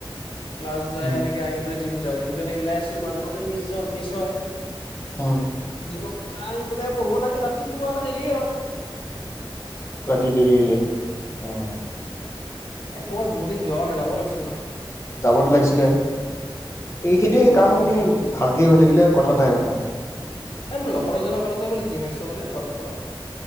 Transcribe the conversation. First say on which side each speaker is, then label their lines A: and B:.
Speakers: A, on the left (about 80°); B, on the left (about 30°).
A: ক্লাছ যায়
B: উম
A: এনেকে আহি পেলাই জিম জিমটো এনে মিলাই আছো মাজে-মাজে মিছ য মিছ হয় ।
B: উম
A: জিমত, পূৰা আহি পেলাই বহু লাগিল ৰাতি শুৱাটো দেৰি হয় ।
B: ৰাতি দেৰি হৈ যায় উম ।
A: এ ক'বাত বহুত দিন যোৱাও নাই যাব লাগিছে ন
B: যাবতো লাগিছিলে এইখেইতে
A: বহুত
B: কামখিনি
A: দিন হ'ল
B: ভালকে থাকিলে কথা নাই মানে
A: এই মোৰ লগৰ এজনে কলে তই বলে জিম আনিছা বুলে ঘৰত কৰ